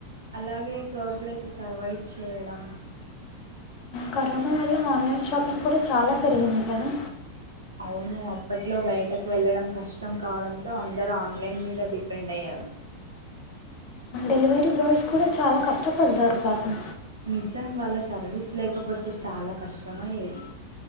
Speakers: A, on the right (about 80°); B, on the left (about 40°).
A: అలాగే క్రౌడ్ ప్లేసెస్ అవైడ్ చేయడం
B: కరోనా వల్ల ఆన్లైన్ షాపింగ్ కూడ చాల పెరిగింది కదా
A: అవును అప్పట్లో బయటకు వెళ్ళడం కష్టం కావడంతో అందరుూ ఆన్లైన్ మీద డిపెండ్ అయ్యారు
B: డెలివరీ బాయ్స్ కూడ చాల కష్టపడ్డారు పాపం
A: నిజం వాళ్ళ సర్వీస్ లేకపోతే చాల కష్టమయ్యేది